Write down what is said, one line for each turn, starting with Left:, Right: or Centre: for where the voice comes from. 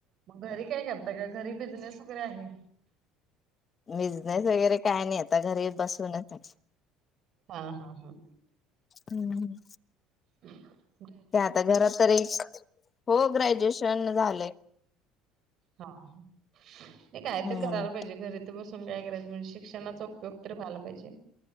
Right: मग घरी काय करताय? का घरी बिझनेस वगैरे आहे?
Left: बिझनेस वगैरे- काय नाही आता घरी बसूनच आहे
Right: हां, हां, हां.
Left: हम्म हम्म.
Right: ह् <unintelligible>
Left: ते आता घरात तरी हो ग्रॅज्युएशन झालंय.
Right: हा ह. नाही काय
Left: हम्म
Right: तर करायला पाहिजे घरी तर बसून काय शिक्षणाचा उपयोग तर झाला पाहिजे.